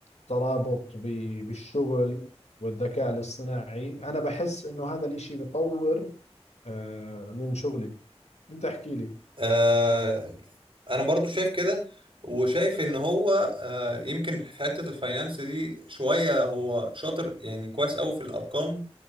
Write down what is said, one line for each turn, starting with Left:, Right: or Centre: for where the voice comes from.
Left: ترابط ب- بالشغل والذكاء الاصطناعي أنا بحس إنه هذا الإشي بيطور آه، من شغلي أنت احكي لي
Right: آه انا برضو شايف كده وشايف ان هو آه يمكن في حتة الفاينانس دي شوية هو شاطر يعني كويس قوي في الارقام